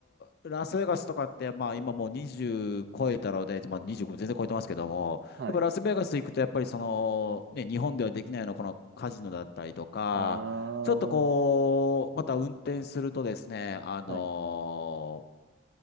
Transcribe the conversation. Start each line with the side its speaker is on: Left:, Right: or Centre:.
Left: の、ラスベガスとかって、まあ今もう20超えたので、まあ25全然超えてますけども、
Right: はい。
Left: やっぱラスベガス行くとやっぱりその、ね、日本ではできないようなこのカジノだったりとか、
Right: あー。
Left: ちょっとこう、また運転するとですね、あの
Right: はい。